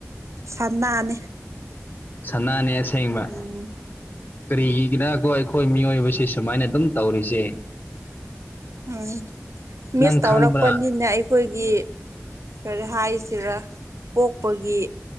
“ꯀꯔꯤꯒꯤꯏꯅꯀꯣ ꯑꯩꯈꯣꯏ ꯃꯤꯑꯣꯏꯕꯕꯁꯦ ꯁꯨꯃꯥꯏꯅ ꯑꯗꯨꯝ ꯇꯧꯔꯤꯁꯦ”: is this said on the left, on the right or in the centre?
Left